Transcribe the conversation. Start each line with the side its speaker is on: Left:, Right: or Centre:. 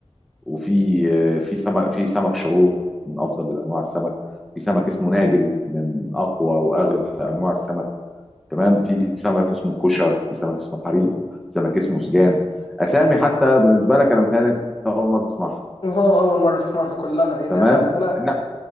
Centre: وفي آه، في سمك في سمك شعور من افضل انواع السمك في سمك اسمه ناجل من اقوى واغلى انواع السمك تمام في سمك اسمه كشر في سمك اسمه حريق في سمك اسمه سجان اسامي حتى بالنسبه لك انا متهيألي انت اول مره تسمعها
Left: اه أول مرة أسمعها كلها يعني
Centre: تمام
Left: أنا أنا
Centre: انا